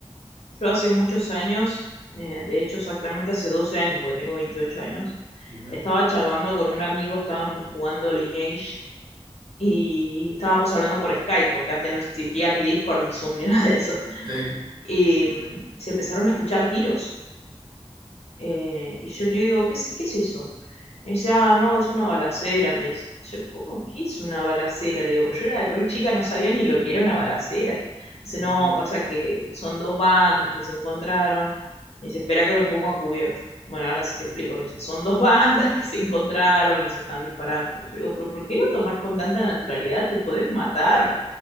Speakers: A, on the left (about 70°); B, on the right (about 45°).
A: Yo hace muchos años, eh, de hecho exactamente hace 12 años, porque tengo 28 años,
B: Ujú,
A: estaba charlando con un amigo, estábamos jugando Lineage y estábamos hablando por Skype, porque antes no existía Discord ni Zoom ni <laughs> nada de eso.
B: Sí.
A: Y mm, se empezaron a escuchar tiros eh, y yo le digo, ¿qué, es- qué es eso? Me dice, ah, no, es una balacera, me dice. Y yo, ¿cómo que es una balacera? Le digo, pues yo era re chica, no sabía ni lo que era una balacera. Dice, no,
B: ujú.
A: pasa que son dos bandas que se encontraron. Y dice, espera que me pongo a cubierto. Bueno, ahora sí te explico, me dice, son dos <laughs> bandas que se encontraron y se están disparando. Yo digo, pero ¿por qué lo tomás con tanta naturalidad? Te pueden matar.